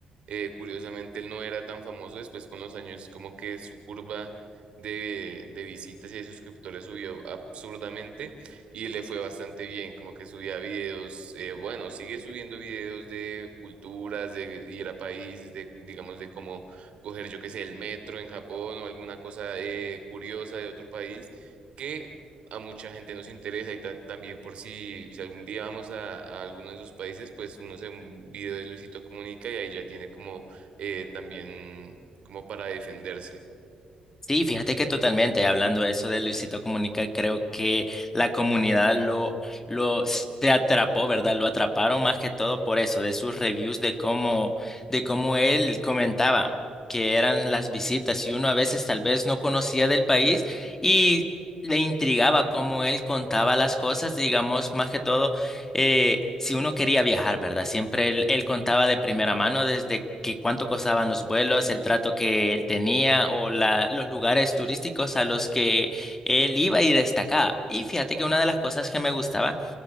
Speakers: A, on the right; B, on the left.
A: eh, curiosamente, él no era tan famoso, después con los años como que su curva de, de visitas y de suscriptores subió absurdamente y le fue bastante bien, como que subía videos, eh, bueno, sigue subiendo videos de culturas, de ir a países, de, digamos, de cómo coger, yo qué sé, el metro en Japón o alguna cosa eh, curiosa de otro país, que a mucha gente nos interesa y tan- también por si, si algún día vamos a, a alguno de esos países, pues uno se ve un video de Luisito Comunica y ahí ya tiene como eh, también como para defenderse.
B: Sí, fíjate que totalmente, hablando de eso de Luisito Comunica, creo que la comunidad lo, lo se atrapó, ¿verdad? Lo atraparon más que todo por eso, de sus reviews, de cómo, de cómo él comentaba que eran las visitas y uno a veces tal vez no conocía del país y le intrigaba cómo él contaba las cosas, digamos, más que todo eh, si uno quería viajar, ¿verdad? Siempre él, él contaba de primera mano desde que cuánto costaban los vuelos, el trato que él tenía o la- los lugares turísticos a los que él iba y destacaba. Y fíjate que una de las cosas que me gustaba